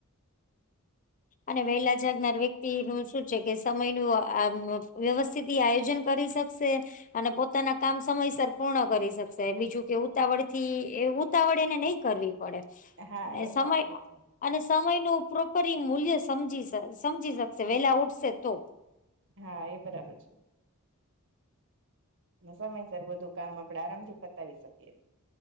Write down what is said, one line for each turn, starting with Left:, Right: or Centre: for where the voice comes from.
Left: અને વહેલા જાગનાર વ્યક્તિ નું શું કે સમય ન વ્યવસ્થિત આયોજન કરી શકશે. અને પોતાના કામ સમયસર પૂર્ણ કરી શકશે બીજું કે ઉતાવળ થી ઉતાવળ એને નહી કરવી. પડે
Right: હા
Left: અને
Right: એ
Left: સમય
Right: સાચી વાત છે
Left: અને સમય ન પ્રોપરી મૂલ્ય સમજી સમજી શકશે વેલા ઉઠશે તો.
Right: હા એ બરાબર છે. સમયસર બધું કામ આપડે આરામથી પતાવી શકીએ